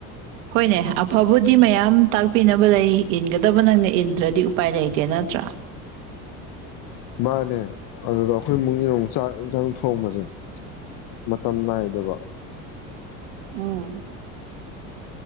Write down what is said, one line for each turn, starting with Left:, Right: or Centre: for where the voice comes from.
Right: ꯍꯅꯦ ꯍꯥꯏ ꯑꯐꯕꯨꯗꯤ ꯃꯌꯥꯝ ꯇꯥꯛꯄꯤꯅꯕ ꯂꯩ ꯏꯟꯒꯗꯕ ꯅꯪꯅ ꯏꯟꯗ꯭ꯔꯗꯤ ꯎꯄꯥꯏ ꯂꯩꯇꯦ ꯅꯠꯇ꯭ꯔꯥ
Left: ꯃꯥꯅꯦ ꯑꯗꯨꯒ ꯑꯩꯈꯣꯏ ꯃꯅꯨꯡꯅꯤꯔꯣꯡ ꯆꯥꯛ ꯏꯟꯁꯥꯡ ꯊꯣꯡꯕꯁꯦ ꯃꯇꯝ ꯅꯥꯏꯗꯕ
Right: ꯎꯝ